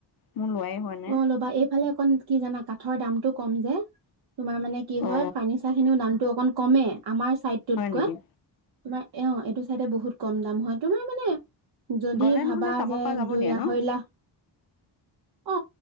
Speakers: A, on the left; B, on the right.
A: মোৰ লোৱাই হোৱা নাই
B: অ ল'বা এইফালে অকণ কি জানা কাঠৰ দামটো কম যে। তোমাৰ মানে কি হয়
A: অ
B: ফাৰ্নিচাৰ খিনিও দামটো অকণ কমে আমাৰ চাইডটোতকৈ।
A: হয় নেকি
B: তোমাৰ অ এইটো চাইডে বহুত কম দাম হয় তোমাৰ মানে। যদি
A: গ'লে
B: ভাবা
A: নহ'লে চাব
B: যে
A: পৰা যাব
B: দুই
A: দিয়া
B: আঢ়ৈ
A: ন
B: লাখ। অ